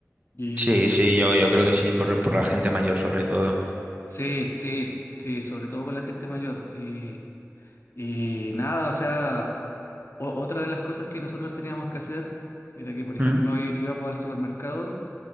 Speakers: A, on the left; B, on the right.
A: Y
B: Sí, sí, yo, yo creo que sí, por, por la gente mayor sobre todo.
A: sí, sí, sí, sobre todo con la gente mayor. Y. Y nada, o sea, o- otra de las cosas que nosotros teníamos que hacer era que, por ejemplo,
B: Mm.
A: í- íbamos al supermercado